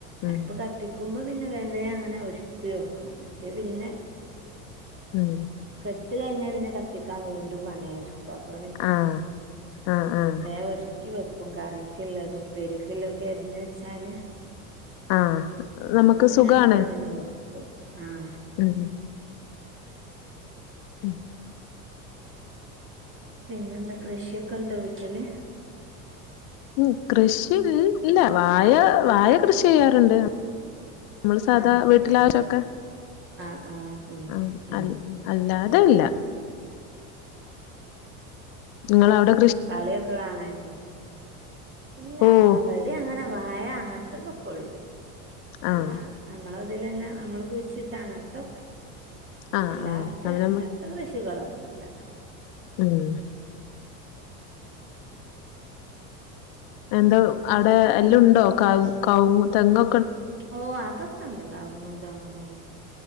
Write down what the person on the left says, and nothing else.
ഉം
ഉം
ആഹ് ആഹ് ആഹ്
ആഹ് നമുക്ക്
സുഖാണ്
ഉം ഉം
ഉം കൃഷി ഇൽ ഇല്ല വായ വായ കൃഷി ചെയ്യാറുണ്ട് നമ്മള് സാധാ
വീട്ടിലാവശ്യക്കെ
ആ <unintelligible>
അല്ലാതെ ഇല്ല നിങ്ങളാ അവടെ
ഓഹ്
ആഹ്
ആഹ്
ആഹ് നമ്മള്
ഉം. എന്താ അവിടെ എല്ലാം ഉണ്ടോ കൗ കൗ തെങൊ